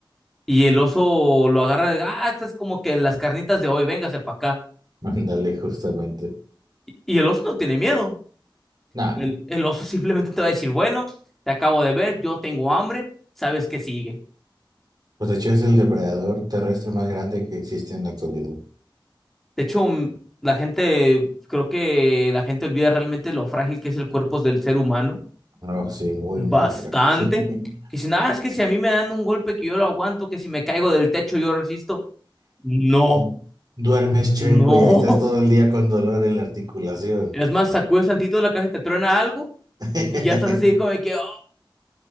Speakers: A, in the centre; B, on the right.
A: Y el oso lo agarra de, ah, estas es como que las carnitas de hoy, véngase para acá.
B: <laughs> Ándale, justamente.
A: Y el oso no tiene miedo.
B: Nah,
A: El, el oso <laughs> simplemente te va a decir, bueno, te acabo de ver, yo tengo hambre, sabes que sigue.
B: pues de hecho es el depredador terrestre más grande que existe en la actualidad.
A: De hecho, mm, la gente, creo que la gente olvida realmente lo frágil que es el cuerpo del ser humano.
B: No, sí, muy,
A: Bastante.
B: muy frágil.
A: Que si nada, es que si a mí me dan un golpe que yo lo aguanto, que si me caigo del techo yo resisto. No,
B: <laughs> Duermes chueco
A: no.
B: y ahí estás
A: <laughs>
B: todo el día con dolor en la articulación.
A: Es más, sacudes tantito la caja te truena algo
B: <laughs>
A: y ya estás así como de que, "Oh,